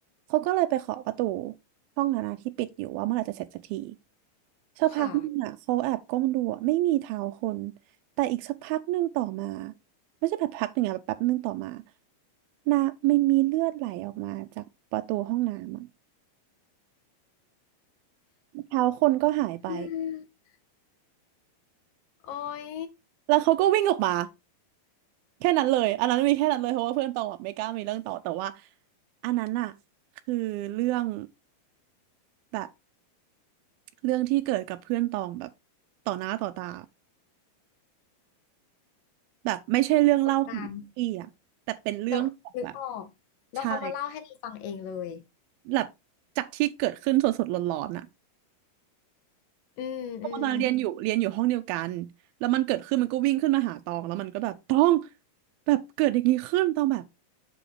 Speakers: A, on the right (about 80°); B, on the left (about 70°).
A: เขาก็เลยไปเคาะประตูห้องนั้นอะที่ปิดอยู่ว่าเมื่อไหร่จะเสร็จสักทีสักพักหนึงอะเขาแอบก้มดูอะไม่มีเท้าคน
B: ค่ะ
A: แต่อีกสักพักหนึ่งต่อมาไม่ใช่แบบพักหนึ่งอะแบบแป๊บหนึ่งต่อมานะมันมีเลือดไหลออกมาจากประตูห้องน้ำอะเท้าคนก็หายไป
B: อืมโอ้ย
A: แล้วเขาก็วิ่งออกมา แค่นั้นเลยอันนั้นมีแค่นั้นเลยเพราะว่าเพื่อนตองแบบไม่กล้ามีเรื่องต่อ แต่ว่าอันนั้นอะคือเรื่องแบบเรื่องที่เกิดกับเพื่อนตองแบบต่อหน้าต่อตาแบบไม่ใช่เรื่องเล่าของพี่อะแต่เป็นเรื่องของแบบ
B: ประสบการณ์เรานึกออกแล้วเขามาเล่าให้เราฟังเองเลย
A: ใช่แบบจากที่เกิดขึ้นสดๆร้อนๆอะ
B: อืมอืม
A: ตอนนั้นเรียนอยู่เรียนอยู่ห้องเดียวกันแล้วมันเกิดขึ้นมันก็วิ่งขึ้นมาหาตองแล้วมันก็แบบตองแบบเกิดอย่างนี้ขึ้นตองแบบ